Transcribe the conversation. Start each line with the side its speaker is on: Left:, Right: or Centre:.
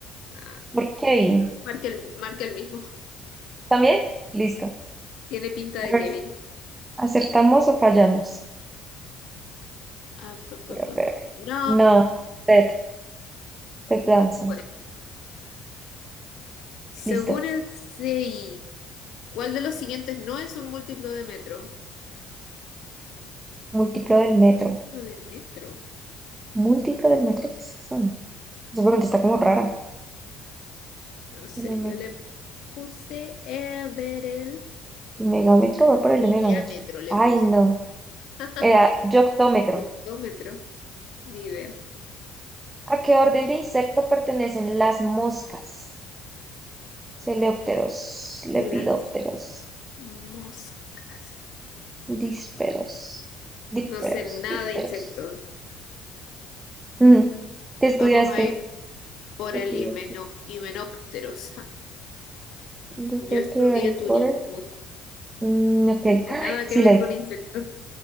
Left: No.
Right: Por Kevin.
Left: Marque el, marque el mismo.
Right: ¿También? Listo.
Left: Tiene pinta de
Right: A ver,
Left: Kevin.
Right: ¿acertamos o fallamos?
Left: Ah, pa, pa,
Right: A
Left: pa,
Right: ver.
Left: pa, pa. No,
Right: No, Ted, Ted Danson.
Left: pues, según
Right: Listo.
Left: el CI, ¿cuál de los siguientes no es un múltiplo de metro?
Right: Múltiplo
Left: Un
Right: del metro.
Left: múltiplo de metro.
Right: ¿Múltiplo del metro? ¿Qué es eso? Esa pregunta está como rara.
Left: No sé,
Right: El metro.
Left: yo le puse a ver el
Right: El megámetro, voy por
Left: miriámetro,
Right: el megámetro.
Left: le
Right: Ay,
Left: puse.
Right: no.
Left: <laughs>
Right: Era yoctómetro.
Left: Octómetro, ni idea.
Right: ¿A qué orden de insecto pertenecen las moscas? Coleópteros, lepidópteros.
Left: Las moscas.
Right: Dísperos. Dísperos,
Left: No sé nada
Right: dísperos.
Left: de insectos.
Right: Ujú. ¿Qué estudiaste?
Left: Vamos a ir por el
Right: Epidepto-
Left: himeno, himenópteros. Ja,
Right: Yo creo
Left: Yo estudié
Right: que hay
Left: turismo,
Right: por...
Left: no
Right: Mm, ok.
Left: tengo
Right: Ay,
Left: nada
Right: sí,
Left: que ver
Right: la
Left: con
Right: vi.
Left: insectos.